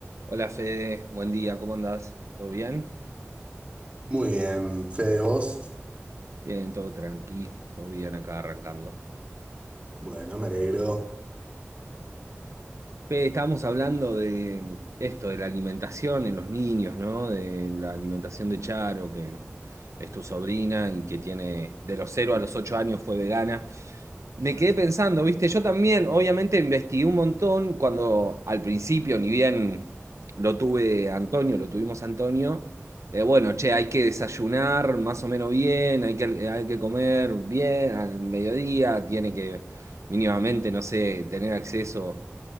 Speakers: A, on the right; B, on the right.
A: Hola Fede, buen día, ¿cómo andás? ¿Todo bien?
B: Muy bien, Fede, vos.
A: Bien, todo tranqui, todo bien acá arrancando.
B: Bueno, me alegro.
A: Fede, estábamos hablando de esto, de la alimentación en los niños, ¿no? De la alimentación de Charo, que es tu sobrina y que tiene de los cero a los 8 años fue vegana. Me quedé pensando, viste, yo también obviamente investigué un montón cuando al principio, ni bien lo tuve Antonio, lo tuvimos Antonio, eh, bueno, che, hay que desayunar más o menos bien, hay que, hay que comer bien al mediodía, tiene que mínimamente, no sé, tener acceso